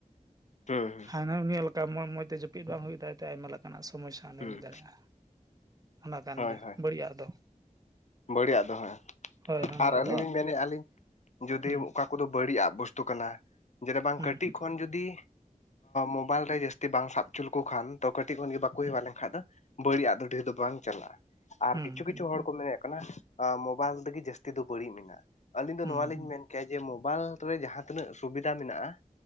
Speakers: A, on the left; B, on the right.
A: <unintelligible>
B: ᱮ ᱩᱱᱤ ᱞᱮᱠᱟ ᱢᱡᱽ ᱢᱚᱸᱡᱽ ᱛᱮ ᱡᱟᱹᱯᱤᱫ ᱵᱟᱝ ᱦᱩᱭᱩᱜ ᱛᱟᱭᱟᱲ ᱟᱭᱢᱟ ᱞᱮᱠᱟᱱᱟᱜ ᱥᱚᱢᱚᱥᱥᱟ ᱚᱸᱰᱮ
A: ᱦᱩᱸ
B: ᱦᱩᱭ ᱫᱟᱲᱮᱭᱟᱜᱼᱟ ᱚᱱᱟ ᱠᱟᱱ
A: ᱦᱳᱭ
B: ᱜᱮᱭᱟ
A: ᱦᱳᱭ
B: ᱵᱟᱹᱲᱤᱡᱟᱜ ᱫᱚ᱾
A: ᱵᱟᱹᱲᱤᱡᱟᱜ ᱫᱚᱦᱚ
B: ᱦᱳᱭ ᱦᱳᱭ ᱱᱚᱣᱟ
A: ᱟᱨ ᱟᱹᱞᱤᱧ
B: ᱫᱚ
A: ᱞᱤᱧ ᱢᱮᱱᱮᱫᱼᱟ ᱞᱞᱤᱧ ᱡᱩᱫᱤ
B: ᱦᱩᱸ
A: ᱚᱠᱟ᱾ ᱟᱱᱠᱩ ᱫᱚ ᱵᱟᱹᱲᱤᱡ ᱟᱜ ᱵᱚᱥᱛᱩ ᱠᱟᱱᱟ ᱡᱮᱱ ᱵᱟᱝ
B: ᱦᱩᱸ
A: ᱠᱟᱹᱴᱤᱡ ᱠᱷᱚᱱ ᱡᱩᱫᱤ᱾ ᱢᱳᱵᱟᱭᱤᱞ ᱨᱮ ᱡᱟᱹᱥᱛᱤ ᱵᱟᱝ ᱥᱟᱵ ᱦᱚᱪᱚ ᱞᱮᱠᱚ ᱠᱷᱟᱱ ᱛᱚ ᱠᱟᱹᱴᱤᱡ ᱠᱷᱚᱱᱜ ᱵᱟᱠᱚ ᱦᱮᱣᱟ ᱞᱮᱱᱠᱷᱟᱱᱡ ᱫᱚ᱾ ᱵᱟᱹᱲᱤᱡ-ᱟᱜ ᱫᱚ ᱰᱷᱮᱨ ᱫᱚ ᱵᱟᱝ ᱪᱟᱞᱟᱜᱼᱟ ᱟᱨ
B: ᱦᱩᱸ
A: ᱠᱤᱪᱷᱩ
B: ᱦᱩᱸ
A: ᱠᱤᱪᱷᱩ ᱦᱚᱲ ᱢᱮᱱᱮᱜ ᱠᱟᱱᱟ ᱢᱳᱵᱟᱭᱤᱞ ᱛᱮᱜᱮ ᱡᱟᱹᱥᱛᱤ ᱫᱚ ᱵᱟᱹᱲᱤᱡ ᱢᱮᱱᱟᱜᱼᱟ᱾ ᱟᱹᱞᱤᱧ ᱫᱚ
B: ᱦᱩᱸ
A: ᱱᱚᱣᱟ ᱞᱤᱧ
B: ᱦᱩᱸ
A: ᱢᱮᱱ ᱠᱮᱭᱟ ᱡᱮ, ᱢᱳᱵᱟᱭᱤᱞ ᱨᱮ ᱡᱟᱦᱟᱸ ᱛᱤᱱᱟᱹᱜ ᱥᱩᱵᱤᱫᱷᱟ ᱢᱮᱱᱟᱜᱼᱟ